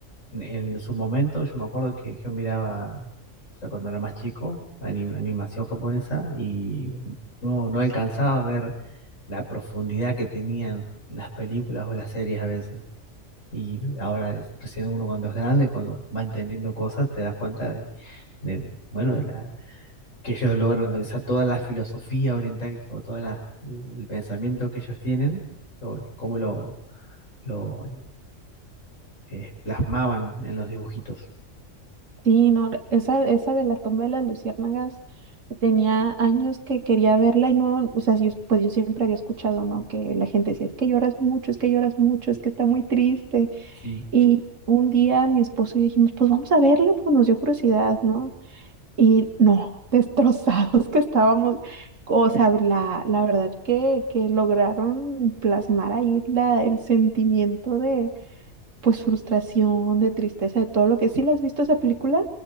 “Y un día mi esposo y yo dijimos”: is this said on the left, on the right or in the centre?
Right